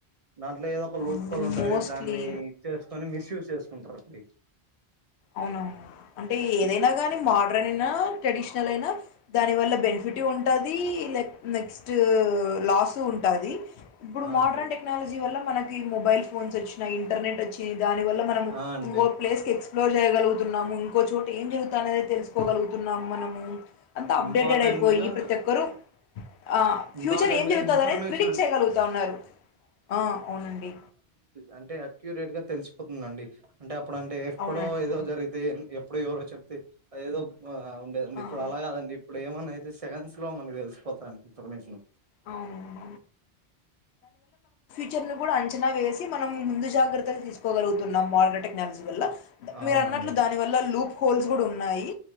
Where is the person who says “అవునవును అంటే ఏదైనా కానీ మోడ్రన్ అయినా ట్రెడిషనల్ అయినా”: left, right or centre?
Left